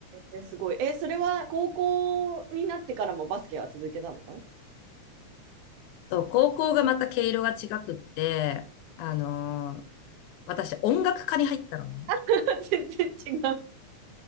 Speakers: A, on the right (about 85°); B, on the left (about 90°).
A: えーすごい。えーそれは高校になってからもバスケは続けたの
B: そう、高校がまた毛色が違くって、あのー私音楽科に入ったのね。
A: <laughs> 全然違う。